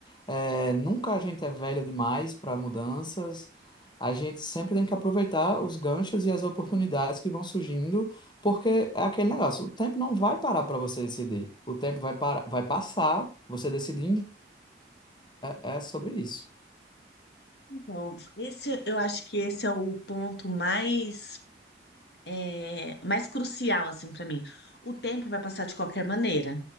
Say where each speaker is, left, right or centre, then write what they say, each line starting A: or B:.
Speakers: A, on the left (about 25°); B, on the left (about 70°).
A: é, nunca a gente é velho demais para mudanças. A gente sempre tem que aproveitar os ganchos e as oportunidades que vão surgindo, porque é aquele negócio: o tempo não vai parar para você decidir. O tempo vai, parar, vai passar, você decidindo é é sobre isso.
B: Então, esse, eu acho que esse é o ponto mais, é, mais crucial, assim, para mim. O tempo vai passar de qualquer maneira.